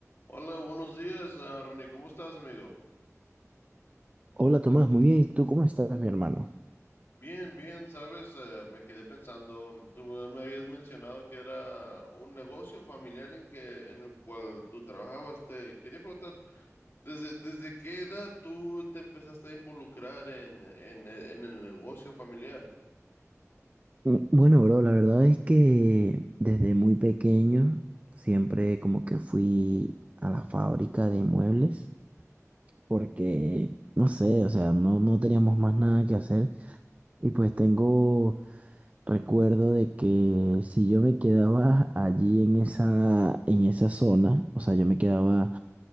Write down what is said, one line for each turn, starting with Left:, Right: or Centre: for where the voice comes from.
Left: Hola, buenos días, ah, Ronnie. ¿Cómo estás, amigo?
Right: Hola Tomás, muy bien. ¿Y tú cómo estás, mi hermano?
Left: Bien, bien, sabes, Eh, me quedé pensando, tú eh, me habías mencionado que era un negocio familiar en que, en el cual tú trabajabas. Te quería preguntar, ¿desde, desde qué edad tú te empezaste a involucrar en, en, en el negocio familiar?
Right: Mm, Bueno, bro, la verdad es que desde muy pequeño siempre como que fui a la fábrica de muebles porque, no sé, o sea, no, no teníamos más nada que hacer y pues tengo recuerdo de que si yo me quedaba allí en esa, en esa zona, o sea, yo me quedaba